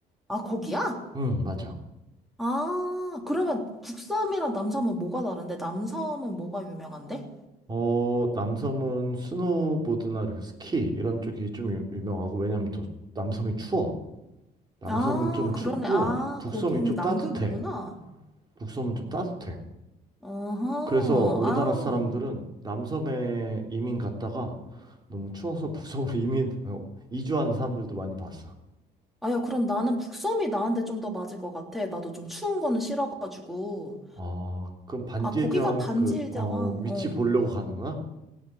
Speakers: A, in the centre; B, on the right.
A: 아, 거기야?
B: 음, 맞아.
A: 아, 그러면 북섬이랑 남섬은 뭐가 다른데? 남섬은 뭐가 유명한데?
B: 어, 남섬은 스노보드나 이렇게 스키 이런 쪽이 좀 유, 명하고 왜냐면 또 남섬이 추워. 남섬은
A: 아,
B: 좀 춥고
A: 그러네. 아,
B: 북섬이
A: 거기는
B: 좀
A: 남극이구나.
B: 따뜻해. 북섬은 좀 따뜻해.
A: 어허,
B: 그래서 우리나라
A: 아.
B: 사람들은 남섬에 이민 갔다가 너무 추워서 북섬으로 <laughs> 이민 어, 이주하는 사람들도 많이 봤어.
A: 아, 야, 그럼 나는 북섬이 나한테 좀 더 맞을 것 같아. 나도 좀 추운 거는 싫어가지고.
B: 어, 그럼 반지의
A: 아, 거기가
B: 제왕
A: 반지의
B: 그 어,
A: 제왕.
B: 위치
A: 어.
B: 보려고 가는 거야?